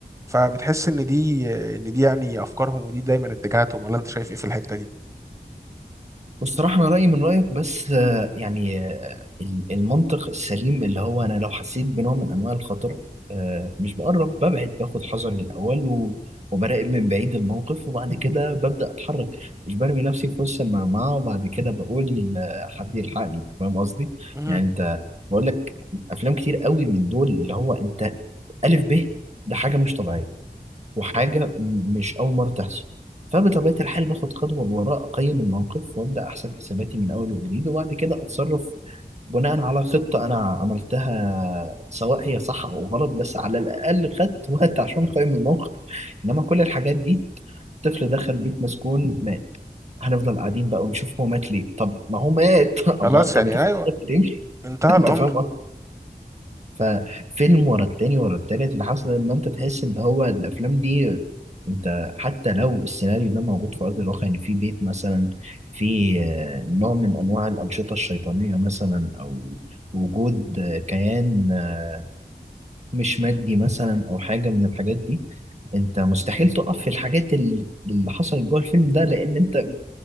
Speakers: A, on the right; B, on the right.
A: فبتحس ان دي آه، ان دي يعني افكارهم ودي دايما اتجاهاتهم ولا انت شايف ايه في الحته دي
B: بصراحة أنا رأيي من رأيك بس آه، يعني آه، المنطق السليم اللي هو أنا لو حسيت بنوع من أنواع الخطر آه، مش بقرب ببعد باخد حذري الأول و- وبراقب من بعيد الموقف وبعد كده ببدأ أتحرك مش برمي نفسي في وسط المجموعة وبعد كده بقول آه، حد يلحقني أنت فاهم قصدي؟
A: مهم.
B: يعني أنت بقول لك أفلام كتير قوي من دول اللي هو أنت ألف ب ده حاجة مش طبيعية وحاجة م- مش أول مرة تحصل فبطبيعة الحال باخد خطوة لورا أقيم الموقف وأبدأ أحسب حساباتي من أول وجديد وبعد كده أتصرف بناء على خطة أنا عملتها سواء هي صح أو غلط بس على الأقل خدت <laughs> وقت عشان أقيم الموقف إنما كل الحاجات دي طفل دخل بيت مسكون مات هنفضل قاعدين بقى ونشوف هو مات ليه طب ما هو مات <laughs> الله
A: خلاص
B: طب
A: يعني
B: ما تاخد
A: ايوه
B: خطوة تمشي
A: انتهى
B: <laughs>
A: الامر
B: أنت فاهم ففيلم ورا التاني ورا التالت لحسن لما انت تحس ان هو الافلام دي انت حتى لو السيناريو ده موجود في ارض الواقع يعني في بيت مثلا في آه، نوع من انواع الانشطه الشيطانيه مثلا او وجود آه، كيان آه، مش مادي مثلا او حاجه من الحاجات دي انت مستحيل تقف في الحاجات اللي اللي حصلت جوه الفيلم ده لان انت